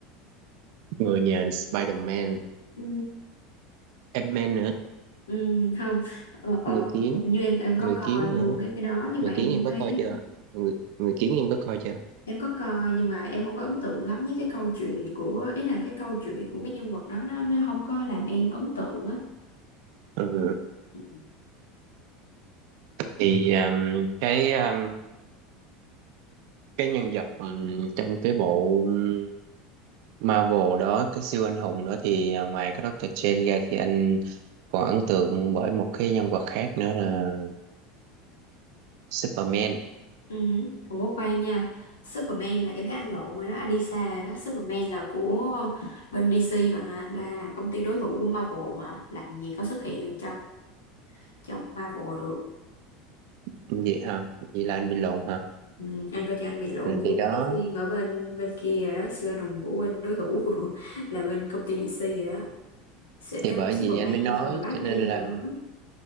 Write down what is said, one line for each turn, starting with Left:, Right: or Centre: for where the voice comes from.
Right: người nhà Spider-Man
Left: ừ,
Right: Ant-Man nữa
Left: ừ, không ờ, ờ,
Right: người kiến
Left: hình như em em có
Right: người
Left: coi
Right: kiến
Left: luôn
Right: nữa
Left: cái cái đó nhưng
Right: người
Left: mà em
Right: kiến em có
Left: thấy
Right: coi chưa người, người kiến em có coi chưa
Left: Em có coi nhưng mà em không có ấn tượng lắm với cái câu chuyện của ý là cái câu chuyện của cái nhân vật đó nó nó không có làm em ấn tượng á.
Right: ừ.
Left: Ừ.
Right: thì um, cái um, cái nhân vật ừm, trong cái bộ ừm, Marvel đó cái siêu anh hùng đó thì à, ngoài cái Doctor Strange ra thì anh còn ấn tượng bởi một cái nhân vật khác nữa là Superman
Left: Ừ. Ủa khoan nha Superman là em thấy anh lộn rồi đó Anh đi xa rồi đó Superman là của bên DC mà Là công ty đối thủ của Marvel mà Làm gì có xuất hiện trong trong Marvel được
Right: vậy ha vậy là anh bị lộn hả
Left: ừ, Anh coi cho anh bị lộn
Right: Ừ,
Left: với
Right: thì đó
Left: cái phim ở bên bên kia rồi đó Siêu anh hùng của bên đối thủ của <laughs> Là bên công ty DC rồi đó Sẽ-
Right: thì
Left: Cái
Right: bởi
Left: đó là Superman
Right: vì anh mới nói
Left: xong rồi Batman
Right: cho nên là
Left: rồi đó